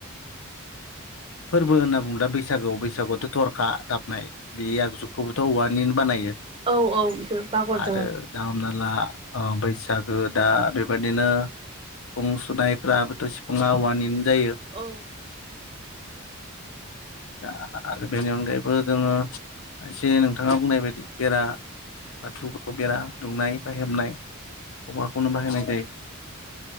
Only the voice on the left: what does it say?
फोरबो होनना बुंब्ला बैसागोआव बैसागुआवथ' थरखा दामनाय बे आगजुखौबोथ' औवानिनो बानायो,
आरो
दा हमनाला, बैसागो दा बेबायदिनो सिफुं सुनायफ्राबोथ' सिफुुंआ औवानि नो जायो।
दा आरो बेनि अनगायैबो जोङो एसे नोंथाङा बुंनाय बायदि बेरा बाथौखौ बेरा दुंनाय बा हेबनाय औवाखौनो बाहायनाय जायो।